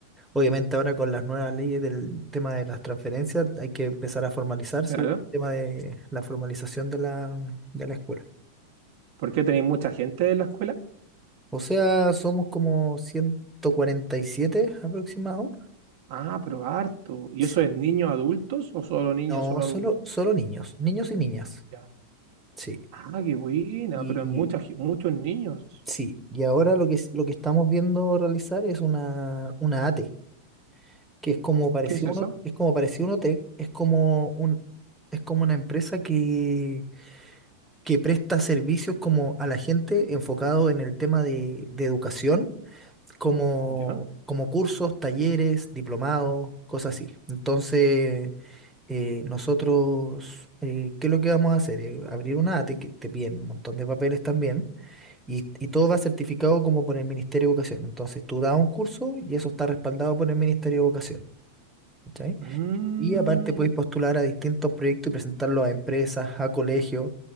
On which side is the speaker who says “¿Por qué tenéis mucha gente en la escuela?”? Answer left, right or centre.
Right